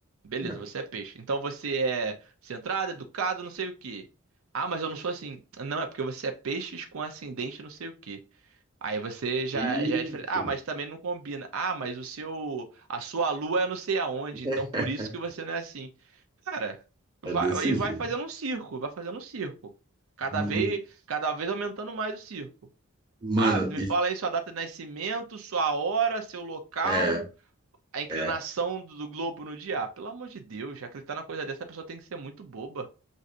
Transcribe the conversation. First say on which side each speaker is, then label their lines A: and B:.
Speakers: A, on the right; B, on the right.
A: Beleza,
B: É.
A: você é peixe. Então você é centrado, educado, não sei o que Ah, mas eu não sou assim. Não, é porque você é peixes com ascendente não sei o que Aí você já,
B: Isso.
A: já é diferente. Ah, mas também não combina. Ah, mas o seu, a sua lua é não sei aonde,
B: <laughs>
A: então por isso que você não é assim. Cara,
B: É
A: vai,
B: desse
A: e vai
B: jeito.
A: fazendo um circo, vai fazendo um circo. Cada
B: Hum,
A: vez, cada vez aumentando mais o circo.
B: Mano,
A: Ah, me
B: e,
A: fala aí sua data de nascimento, sua hora, seu local,
B: é,
A: a inclinação
B: é,
A: do, do globo no dia. Ah, pelo amor de Deus, já acreditar na coisa dessa, a pessoa tem que ser muito boba.